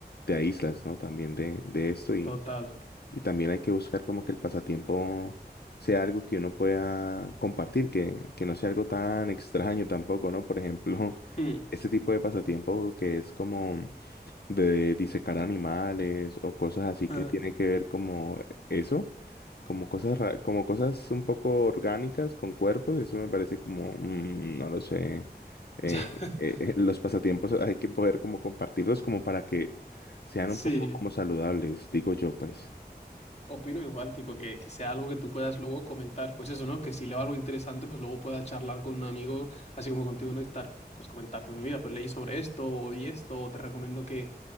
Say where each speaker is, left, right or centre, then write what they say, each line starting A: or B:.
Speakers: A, on the left; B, on the left.
A: te aíslas, ¿no? También de, de esto y,
B: total.
A: y también hay que buscar como que el pasatiempo sea algo que uno pueda compartir, que, que no sea algo tan extraño tampoco, ¿no? Por ejemplo, <laughs>
B: Mm,
A: este tipo de pasatiempo que es como de disecar animales o cosas así
B: ah,
A: que tienen que ver como eso, como cosas ra- como cosas un poco orgánicas con cuerpos, eso me parece como, mm, no lo sé, eh,
B: <laughs> ya. <laughs>
A: eh, eh, los pasatiempos hay que poder como compartirlos como para que sean
B: Sí,
A: un poco como saludables, digo yo pues.
B: Opino igual, tipo, que, que sea algo que tú puedas luego comentar, pues eso, ¿no? Que si leo algo interesante, pues luego pueda charlar con un amigo, así como contigo, ¿no? Y estar, pues comentarte, pues mira, pues leí sobre esto, o vi esto, o te recomiendo que,